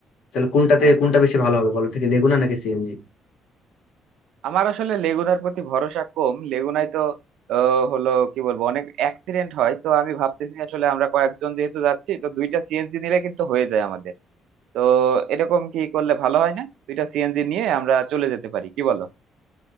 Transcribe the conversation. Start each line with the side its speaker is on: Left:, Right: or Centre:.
Left: তাহলে কোনটাতে
Right: আচ্ছা
Left: কোনটা বেশি ভালো হবে বলো থেকে লেগুনা নাকি সিএনজি
Right: আমার আসলে লেগুনার প্রতি ভরসা কম লেগুনায় তো আহ, হলো কি বলবো অনেক অ্যাক্সিডেন্ট হয় তো আমি ভাবতেছি আসলে আমরা কয়েকজন যেহেতু যাচ্ছি তো দুইটা সিএনজি নিলে কিন্তু হয়ে যায় আমাদের তো এরকম কি করলে ভালো হয় না দুইটা সিএনজি নিয়ে আমরা চলে যেতে পারি কি বলো